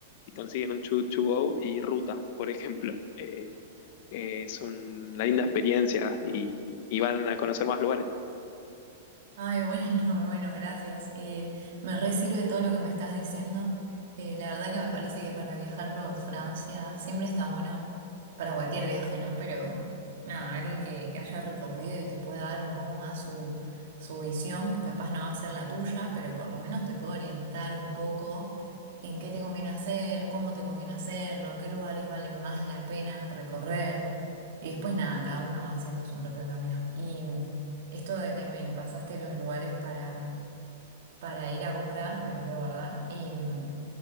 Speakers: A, on the left (about 50°); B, on the right (about 65°).
A: y consiguen un Choo Choo Go y Ruta, por ejemplo. Eh, eh, es una linda experiencia y, y- y van a conocer más lugares.
B: Ay, bueno, <laughs> bueno, gracias. Eh, me re sirve todo lo que me estás diciendo. Eh, la verdad que me parece que para viajar por Francia siempre está bueno para cualquier viaje, ¿no? Pero nada, alguien que, que haya recorrido y te pueda dar un poco más su, su visión, que capaz no va a ser la tuya, pero por lo menos te puede orientar un poco en qué te conviene hacer, cómo te conviene hacerlo, qué lugares valen más la pena recorrer. Y después nada, cada uno va haciendo su propio camino. Y. Esto de que me pasaste los lugares para, para ir a comprar, me los voy a guardar. Y mm,